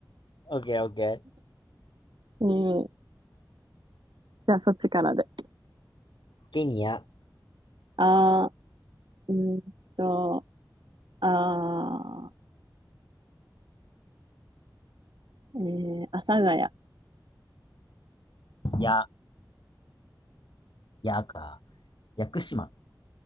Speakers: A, on the left; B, on the right.
A: オッケー、オッケー。
B: えー、じゃあ、そっちからで。
A: ケニア。
B: あー、うーんと、あー、えー、阿佐ヶ谷。
A: や、やか。屋久島